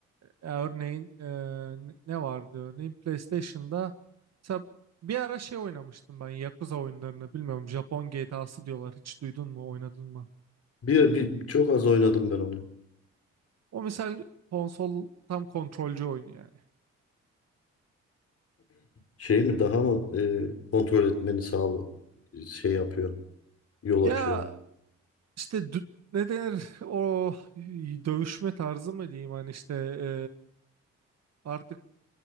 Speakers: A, on the right (about 60°); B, on the left (about 55°).
A: e, örneğin e, ne ne vardı örneğin PlayStation'da mesela bir ara şey oynamıştım ben Yakuza oyunlarını bilmiyorum Japon GTA'sı diyorlar hiç duydun mu oynadın mı?
B: Bir, bir çok az oynadım ben onu.
A: O mesela konsol tam kontrolcü oyunu yani.
B: Şey mi daha mı e, kontrol etmeni sağlı şey yapıyor. Yol
A: Ya
B: açıyor.
A: işte dü- ne denir <laughs> o dövüşme tarzı mı diyeyim hani işte e, artık